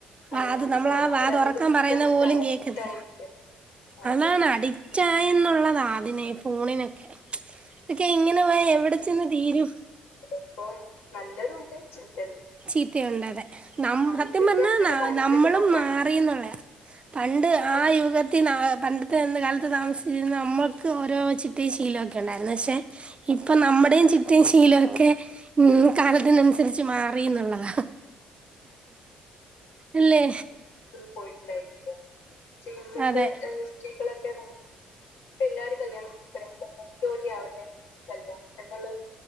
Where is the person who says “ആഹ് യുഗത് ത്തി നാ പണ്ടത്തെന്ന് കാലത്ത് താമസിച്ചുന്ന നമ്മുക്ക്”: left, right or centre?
Right